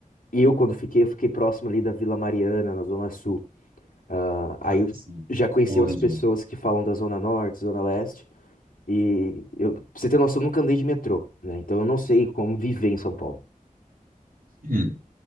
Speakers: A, on the left; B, on the right.
A: Eu, quando fiquei, eu fiquei próximo ali da Vila Mariana, na Zona Sul. Ah, aí
B: Ah,
A: eu
B: sim.
A: já conheci
B: Boa
A: outras
B: região.
A: pessoas que falam da Zona Norte, Zona Leste. E eu, pra você ter noção, eu nunca andei de metrô, né? Então eu não sei como viver em São Paulo.
B: Hum.